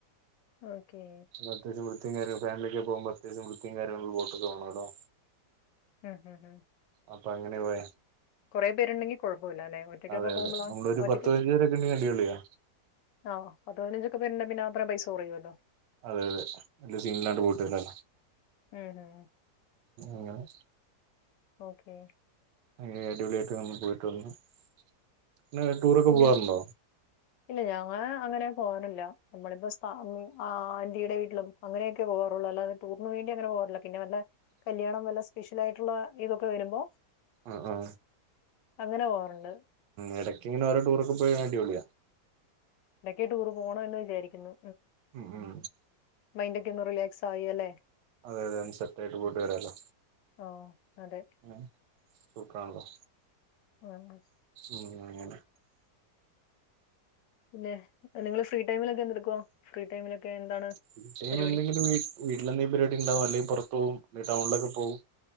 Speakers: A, on the left; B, on the right.
A: ഓക്കേ
B: അത്യാശ്യ വൃത്തിയും കാരാങ്ങളും ഫമിലൊക്കെ പോക്മ്പോ അത്യാവശ്യം വൃത്തിയും കാര്യങ്ങളുള്ള ബോട്ടൊക്കെ വേണം ടോ.
A: ഉം ഹം ഹം
B: അപ്പൊ അങ്ങനെ പോയ.
A: കുറെ പേരുണ്ടെങ്കി കൊഴപ്പമില്ല അല്ലെ ഒറ്റക്കൊക്കെ
B: അതെ
A: പോകുമ്പോളാ
B: അതെ നമ്മളൊരു
A: ഒറ്റക്കൊക്കെ.
B: പത്ത് പതിനഞ്ച് പേരൊക്കെ ഉണ്ടെങ്കിൽ അടിപൊളിയാ
A: ആ പത്ത് പതിനഞ്ചൊക്കെ പേരു പിന്നെ അത്ര പൈസ കുറയല്ലോ
B: അതെ അതെ വല്ലാ സീനില്ലാണ്ട് പോയിട്ട് വരല്ലോ
A: ഉം ഉം.
B: അങ്ങനെ.
A: ഓക്കെ
B: അ അടിപൊളിയായിട്ട്ന്ന് പോയിട്ട് വന്ന് ടൂറൊക്കെ
A: പിന്നെ
B: പോവാറുണ്ടോ.
A: ഇല്ല ഞങ്ങള് അങ്ങനെ പോവാറില്ല നമ്മളിപ്പോ ആന്റിടെ വീട്ടിലും. അങ്ങനെയക്കെ പോകാറുള്ളൂ അല്ലാതെ ടൂറിന് വേണ്ടി അങ്ങനെ പോവാറില്ല പിന്ന വല്ല. കല്യാണം വല്ല സ്പെഷ്യൽ ആയിട്ടുള്ള ഇതൊക്കെ വരുമ്പോ.
B: ആ ആ
A: അങ്ങനെ പോവാറുണ്ട്.
B: ഇടക് ഇങ്ങനെ ഓരോ ടൂറൊക്കെ പോയ അടിപൊളിയ.
A: ഇടക്കൊക്കെ ടൂർ പോണം എന്ന് വിചാരിക്കുന്നു
B: ഉം ഉം
A: മൈൻഡക്കെ ഒന്ന് റിലാക്സ് ആയി അല്ല.
B: അതെ അതെ അത് സെറ്റ് ആയിട്ട് പോയിട്ട് വരാല്ലോ.
A: ആ അതെ
B: ഉ സൂപ്പറാണല്ലോ.
A: ആഹ്
B: ഉം അങ്ങനെ
A: പിന്നെ നിങ്ങള് ഫ്രീ ടൈമിലൊക്കെ എന്തെടുക്കുവാ ഫ്രീ ടൈമിലൊക്കെ എന്താണ്
B: ഫ്രീ ടൈം
A: പരിപാടി.
B: എന്തെങ്കിലും വീ വീട്ടിലെന്തെങ്കിലും പരിപാടി ഉണ്ടാവും അല്ലെങ്കിൽ പുറത്ത് പോകും ടൗണിലൊക്കെ പോവും.